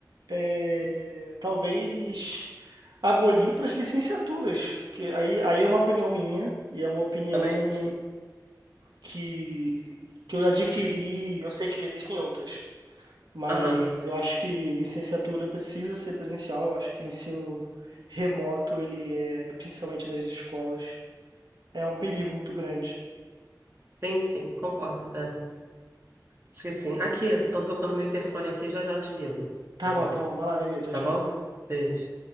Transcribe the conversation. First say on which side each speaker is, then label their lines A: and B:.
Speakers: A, on the right (about 80°); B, on the right (about 35°).
A: é talvez abolir para as licenciaturas. Porque aí, aí é uma opinião minha e é uma opinião
B: Também?
A: que, que eu adquiri, eu sei que existem outras. Mas
B: Aham.
A: eu acho que licenciatura precisa ser presencial, eu acho que o ensino remoto, ele é, principalmente nas escolas, é um perigo muito grande.
B: Sim, sim, concordo. É. Acho que sim. Aqui, estão tocando meu interfone aqui, já já eu te ligo. De
A: Tá
B: volta.
A: bom, tá bom, vai lá, Dendê, tchau,
B: Tá
A: tchau.
B: bom? Beijo.